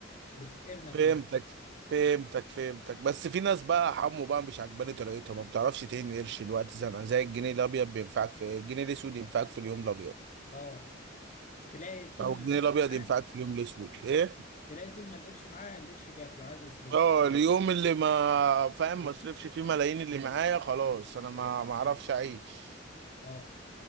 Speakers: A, on the left; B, on the right.
A: بتفقرنا كلنا
B: فهمتك فهمتك فهمتك بس في ناس بقى حمو بقى مش عجباني طريقتها ما بتعرفش تهين قرش الوقت زنقه زي الجنيه الابيض بينفعك في الجنيه الاسود ينفعك في اليوم الابيض
A: اه تلاقي طول
B: او
A: ما
B: الجنيه
A: القرش
B: الابيض
A: معاه
B: ينفعك في اليوم الاسود ايه
A: تلاقي طول ما القرش معاه القرش بياكله عايز يصرفه
B: اه اليوم اللي ما فاهم ما اصرفش فيه ملايين اللي معايا خلاص انا ما ما اعرفش اعيش
A: اه